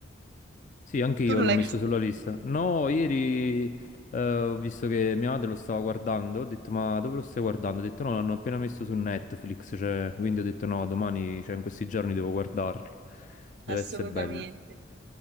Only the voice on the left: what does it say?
Sì, anche io
l'ho
messo
sulla lista. No, ieri eh, ho visto che mia madre lo stava guardando, ho detto ma dove lo stai guardando? Ho detto no, l'hanno appena messo su Netflix, cioè, quindi ho detto no, domani, cioè in questi giorni devo guardarlo. Deve
essere bello.